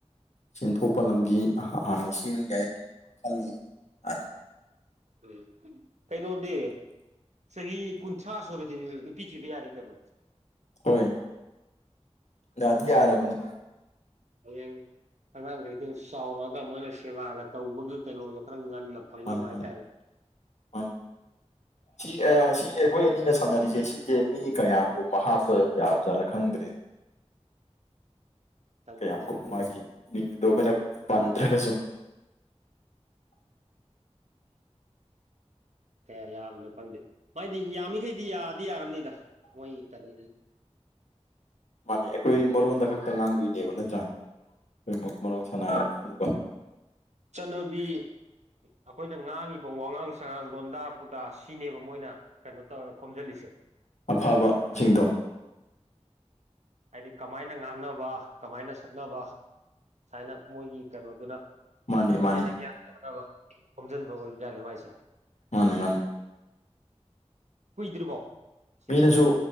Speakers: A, on the left; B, on the right.
A: ꯁꯦꯟꯊꯣꯛꯄ ꯂꯝꯕꯤ ꯍꯥꯟꯅ ꯁꯦꯝꯒꯦ ꯍꯥꯏꯗꯅ ꯈꯜꯂꯤꯌꯦ ꯍꯥꯟꯅ
B: ꯎꯝ ꯀꯩꯩꯅꯣꯗꯤꯦ ꯆꯍꯤ ꯀꯨꯟꯊ꯭ꯔꯥ ꯁꯨꯔꯗꯤ ꯅꯨꯄꯤ ꯊꯤꯕ ꯌꯥꯔꯦ ꯀꯩꯅꯣ
A: ꯍꯣꯏ ꯌꯥꯗꯤ ꯌꯥꯔꯕꯅꯦ
B: ꯍꯌꯦꯡ ꯑꯉꯥꯡꯈꯩꯗꯨ ꯆꯥꯎꯔꯛꯑꯒ ꯃꯣꯏꯅ ꯁꯦꯕꯥꯒ ꯇꯧꯕꯒꯤ ꯀꯩꯅꯣꯗꯣ ꯈꯔ ꯉꯟꯅ ꯐꯪꯅꯕ
A: ꯃꯥꯅꯦ
B: ꯍꯥꯏꯇꯥꯔꯦ
A: ꯃꯥꯅꯦ ꯃꯥꯅꯦ
B: <inaudible>
A: ꯁꯤ ꯁꯤ ꯑꯩꯈꯣꯏ ꯑꯅꯤꯅ ꯁꯥꯟꯅꯔꯤꯁꯦ ꯁꯤꯁꯦ ꯃꯤ ꯀꯌꯥꯝꯒꯨꯝꯕ ꯍꯥꯞꯄ ꯌꯥꯕꯖꯥꯠꯔ ꯈꯪꯗ꯭ꯔꯦꯅꯦ
B: ꯈꯪꯗꯦ
A: ꯀꯌꯥꯝꯒꯨꯝ
B: ꯑꯩꯁꯨ ꯑꯗꯨ
A: ꯃꯥꯒꯤ ꯃꯤꯡꯗꯣ ꯑꯩꯈꯣꯅ ꯄꯥꯟꯊꯗꯔꯒꯖꯨ
B: ꯀꯌꯥ ꯌꯥꯕꯅꯣ ꯈꯪꯗꯦ ꯃꯥꯏꯗꯤ ꯌꯥꯃꯤꯈꯩꯗꯤ ꯌꯥꯗꯤ ꯌꯥꯔꯝꯅꯤꯗ ꯃꯣꯏ ꯀꯔꯤ
A: ꯃꯥꯅꯦ ꯑꯩꯈꯣꯏ ꯃꯔꯣꯟꯗ ꯈꯛꯇ ꯉꯥꯡꯗꯣꯏꯅꯦꯕ ꯅꯠꯇ꯭ꯔꯥ ꯑꯩꯈꯣꯏ ꯃꯔꯣꯟ ꯁꯥꯟꯅꯔ ꯑꯗꯨꯒ
B: ꯆꯠꯅꯕꯤ ꯑꯩꯈꯣꯏꯅ ꯉꯥꯡꯉꯤꯕ ꯋꯥꯉꯥꯡ ꯁꯉꯥꯡ ꯂꯣꯟꯗꯥ ꯄꯨꯗꯥ ꯁꯤꯅꯦꯕ ꯃꯣꯏꯅ ꯀꯩꯅꯣ ꯇꯧꯔ ꯈꯣꯝꯖꯜꯂꯤꯁꯦ
A: ꯑꯐꯕꯁꯤꯡꯗꯣ
B: ꯍꯥꯏꯗꯤ ꯀꯃꯥꯏꯅ ꯉꯥꯡꯅꯕ ꯀꯃꯥꯏꯅ ꯁꯛꯅꯕ ꯁꯥꯏꯅ ꯃꯣꯏꯒꯤ ꯀꯩꯅꯣꯗꯨꯅ
A: ꯃꯥꯅꯤ
B: ꯎꯝ
A: ꯃꯥꯅꯤ
B: ꯍꯦꯟꯅ ꯒ꯭ꯌꯥꯟ ꯇꯥꯅꯕ ꯈꯣꯝꯖꯤꯟꯕ ꯑꯣꯏꯕ ꯖꯥꯠꯅꯤ ꯃꯥꯏꯁꯦ
A: ꯃꯥꯅꯦ ꯃꯥꯅꯦ
B: ꯀꯨꯏꯗ꯭ꯔꯤꯕꯣ ꯁꯤ
A: ꯃꯤꯅꯁꯨ
B: ꯇꯧꯕ